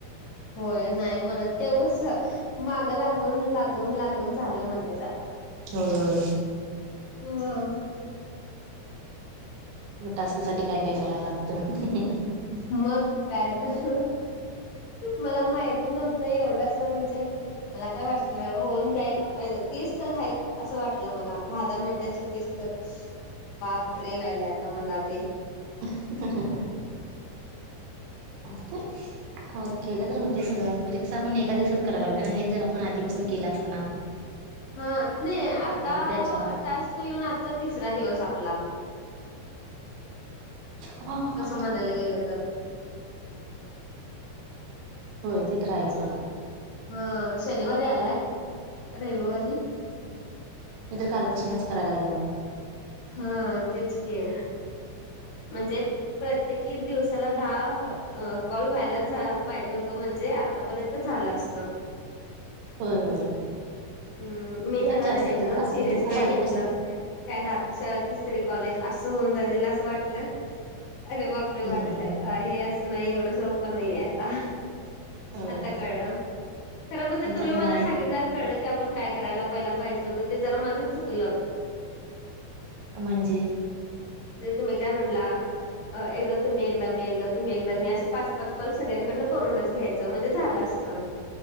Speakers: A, on the left (about 75°); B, on the right (about 80°).
A: होय नाही म्हणत तेवढंस माग लागून लागून लागून झालं म्हणायचं आता.
B: हो हो.
A: हम.
B: टास्क साठी काय काय करावं लागतं.
A: मग काय तर. मला माहिती नव्हतं एवढंस म्हणजे. मला काय वाटलं होऊन जायला तेीच तर आहेत. असं वाटलं मला दहा दहा मिनिटाचे तेीस तर बापरे वा्हाहिले आता मला ते.
B: <inaudible> असस्ते. हो केलं तर होते सगळ्या म्हणजे कसं आपण एका दिवसात करायला लागल ना हेच जर आपण आधीपासून केलं असताना
A: हा नाही आता
B: उद्याच्यार
A: टास्क येऊन आजचा तिसरा दिवस आपला.
B: अबा अबा अबा
A: कस म्हणायला गेलं तर.
B: होय तेच राहायचोडा.
A: हा शनिवारी आलाय रविवारी
B: इतर कालपसन्च कराय लागले बघा
A: हा तेच के. म्हणजे प्रत्येकी दिवसाला दहा कॉल व्हायला पाहिजे होत म्हणजे. आतापर्यंत झालं असत.
B: होय होय
A: हम्म मी
B: होतात
A: ह्याला
B: जास्त
A: एकदम
B: होतात आपल्या
A: सिरियस
B: खूप
A: नाही
B: आधीपासून
A: घेतलं काय द तीस तरी कॉलेज असं होऊन जातल असं वाटलं अरे बा
B: हम्म
A: वाटल आता हे असं नाही एवढं सोपं नाहीे आता
B: होय
A: आता कळलं खरं म्हणजे
B: आणि
A: तुम्ही
B: त्यात
A: मला
B: मराठ
A: सांगितल्यावर कळलं की आपण काय करायला पहिला पाहिजे होतं ते जरा माझंच चुकलं
B: म्हणजे
A: ते तुम्ही काय म्हणला अ एकदा तुम्ही एकदा मी एकदा तुम्ही एकदा मी असं पाच पाच कॉल सगळ्यांकडनं करूनच घ्यायचं म्हणजे झालं असतं